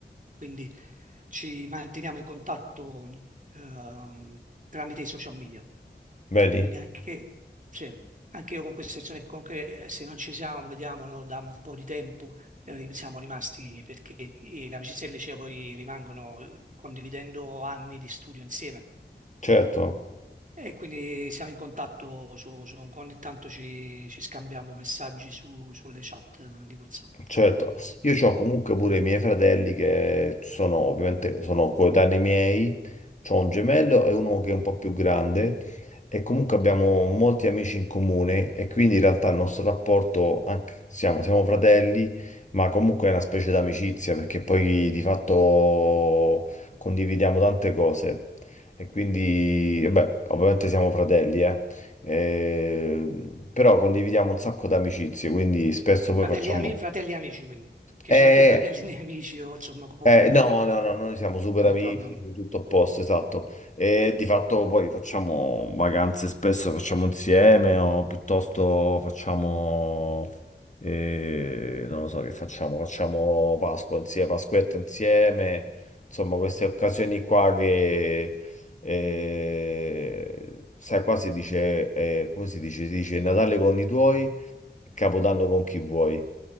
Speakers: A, on the right; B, on the left.
A: quindi ci manteniamo in contatto ehm, tramite i social media.
B: Vedi?
A: Quindi anche, sì, anche io con questa situazione che comunque eh, se non ci siamo, vediamo no, da un po' di tempo, eh, ri- siamo rimasti perché eh, le amicizie del liceo poi rimangono eh, condividendo anni di studio insieme.
B: Certo.
A: E quindi siamo in contatto, su, su- ogni tanto ci, ci scambiamo messaggi su- sulle chat eh, di WhatsApp.
B: Certo, io ho comunque pure i miei fratelli che sono ovviamente sono coetanei miei, ho un gemello e uno che è un po' più grande e comunque abbiamo molti amici in comune e quindi in realtà il nostro rapporto, anche- siamo, siamo fratelli, ma comunque è una specie d'amicizia perché poi di fatto condividiamo tante cose e quindi, e beh, ovviamente siamo fratelli, eh. Eh, però condividiamo un sacco d'amicizie, quindi spesso poi
A: Fratelli,
B: facciamo...
A: ami- fratelli amici, quindi, che
B: Eh,
A: sono anche fratelli <laughs> nemici o insomma comunque
B: eh, no,
A: non,
B: no, no, noi siamo super
A: non
B: amici,
A: proprio...
B: tutto a posto, esatto. E di fatto poi facciamo vacanze spesso, facciamo insieme o piuttosto facciamo, eh, non lo so che facciamo, facciamo Pasqua insieme, Pasquetta insieme, insomma queste occasioni qua che, eh, sai, qua si dice, eh, come si dice? Si dice Natale con i tuoi e Capodanno con chi vuoi.